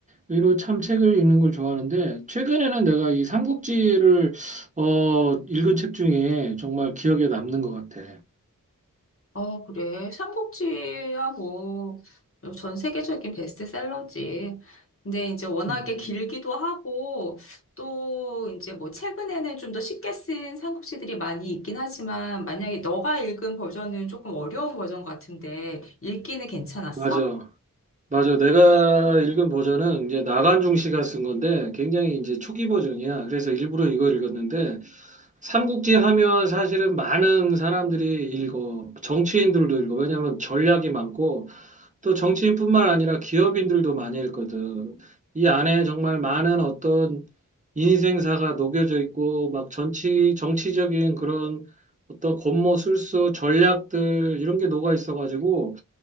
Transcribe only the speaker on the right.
의로 참 책을 읽는 걸 좋아하는데 최근에는 내가 이 삼국지를 어, 읽은 책 중에 정말 기억에 남는 것 같아.
음,
맞아. 맞아. 내가 읽은 버전은 이제 나간중 씨가 쓴 건데 굉장히 이제 초기 버전이야. 그래서 일부러 이걸 읽었는데 삼국지 하면 사실은 많은 사람들이 읽어. 정치인들도 읽어. 왜냐하면 전략이 많고 또 정치인뿐만 아니라 기업인들도 많이 읽거든. 이 안에 정말 많은 어떤 인생사가 녹여져 있고, 막 정치, 정치적인 그런 어떤 권모 술수, 전략들, 이런 게 녹아 있어가지고,